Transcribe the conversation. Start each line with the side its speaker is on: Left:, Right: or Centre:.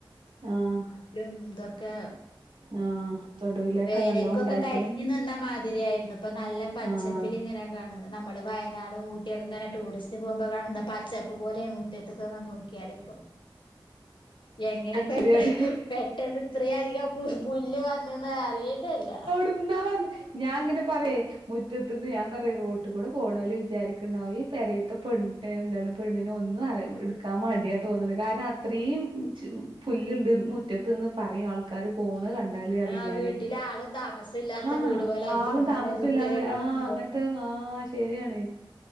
Right: ആഹ്
Left: എന്തെക്കെ
Right: ആഹ് തൊടുവിലൊക്കെ
Left: വേനൽക്കൊക്കെ
Right: നല്ലോണം ഇണ്ടായിട്ട്
Left: കരിഞ്ഞു നിന്ന മാതിരി ആയിരുന്നു ഇപ്പൊ നല്ല പച്ചപ്പില്
Right: ആഹ്
Left: ഇങ്ങനെ കാണുന്നത് നമ്മള് വയന നാടും ഊയൊക്കെ ഇങ്ങന ടൂറിസ്റ്റ് പോകുമ്പോൾ കാണുന്ന പച്ചപ്പ് പോലെയാണ് മുറ്റത് മുറ്റത്ക്ക് നോക്കിയാൽ ഇപ്പൊ എങ്ങനെ പെട്ട
Right: ശരിയാണ്
Left: പെട്ടെന്ന് ഇത്ര അധികം പുല്ല് വന്ന് അറിയെന്നല്ല
Right: <unintelligible> ഞാൻ ഇങ്ങനെ പറയെ മുറ്റന്ന് ഞാൻ പറയെ റോട്ട് കൂടെ പോണോല് വിചാരിക്കണ്ടാവ ഈ പരയത്തെ പെ എന്താണ് പെണ്ണിന് ഒന്നും അറിയ എടുക്കാൻ മടിയാ തോന്നുന്നത് കാരണം അത്ര യീം പുല്ല്ണ്ട് മുറ്റത്ത്ന്ന് പറയും ആൾക്ക ര് പോണെകണ്ടാല് ന്അറി
Left: ആഹ്
Right: ഞാനെ
Left: വീട്ടില് ആളും താമസം ഇല്ലാത്ത
Right: ആഹ്
Left: വീട് പോലായി
Right: ആള്
Left: തോന്നൂലേ
Right: താമസല്ലാതെ
Left: മുറ്റൊക്കെ കാണുമ്പോ
Right: ത്ത് ആഹ് ശരിയാണ്